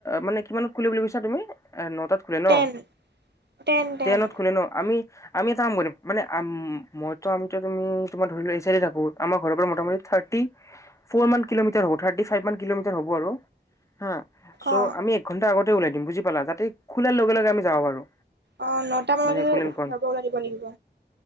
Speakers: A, on the left; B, on the right.
A: মানে কিমান খোলে বুলি ভাবিছা তুমি। খোলে ন
B: টেন টেন টেন
A: টেনত খোলে ন আমি আমি এটা কাম কৰিম মানে মইতো আহোতে তুমি তোমাৰ ধৰি ল থাকো আমাৰ ঘৰৰ পৰা মোটামুতি থাৰ্টি ফ'ৰ মান কিলোমিটাৰ হ' থাৰ্টি ফাইভ কিলোমিটাৰ হ'ব আৰু হা চ'
B: অ
A: আমি এক ঘন্টা আগতে ওলাই দিম বুজি পালা যাতে খোলাৰ লগে লগে আমি যাওঁ পাৰো
B: অ নটা মানতে
A: মানে
B: ঘৰৰ
A: কন
B: পৰা
A: কন
B: ওলাই দিব লাগিব